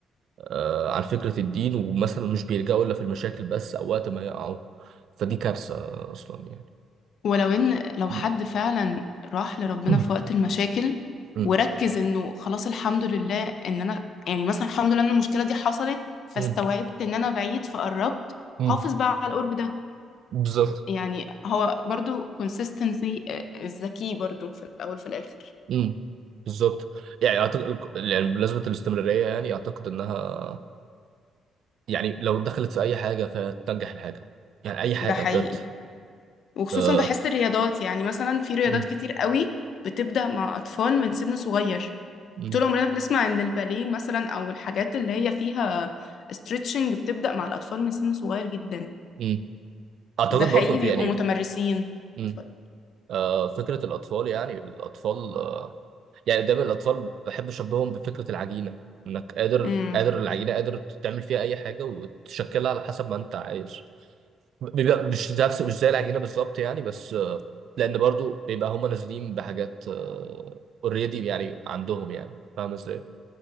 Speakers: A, on the right; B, on the left.
A: آه، عن فكرة الدين ومثلا مش بيلجأوا إلا في المشاكل بس أو وقت ما يقعوا فدي كارثة أصلا يعني
B: ولو ان لو
A: مم.
B: حد فعلا راح لربنا
A: مم.
B: في وقت المشاكل
A: مم.
B: وركز انه خلاص الحمد لله ان انا يعني مثلا الحمد لله ان المشكلة دي حصلت فاستوعبت
A: مم.
B: ان انا بعيد فقربت
A: مم.
B: حافظ بقى على القرب ده
A: بالظبط
B: يعني هو برضو consistency آه، الذكي برضو في الاول في الاخر
A: مم. بالظبط يعني أعتقد يعني بالنسبة للاستمرارية يعني أعتقد إنها يعني لو دخلت في أي حاجة فهتنجح الحاجة يعني أي حاجة
B: ده حقيقي
A: بجد
B: وخصوصا
A: آه.
B: بحس الرياضات يعني مثلا في رياضات
A: مم.
B: كتير قوي بتبدأ مع اطفال من سن صغير
A: مم.
B: طول عمرنا بنسمع ان الباليه مثلا او الحاجات اللي هي فيها ستريتشنج بتبدأ مع الاطفال من سن صغير جدا
A: مم. أعتقد
B: وده حقيقي
A: برضه في
B: بيبقوا
A: يعني
B: متمرسين
A: مم.
B: اتفضل.
A: آه، فكرة الأطفال يعني الأطفال يعني دايما الاطفال بحب اشبههم بفكره العجينه انك قادر
B: امم
A: قادر العجينه قادر تعمل فيها اي حاجه وتشكلها على حسب ما انت عايز بيبقى مش نفس مش زي العجينه بالظبط يعني بس آه، لان برضو بيبقى هم نازلين بحاجات اوريدي يعني عندهم يعني فاهم ازاي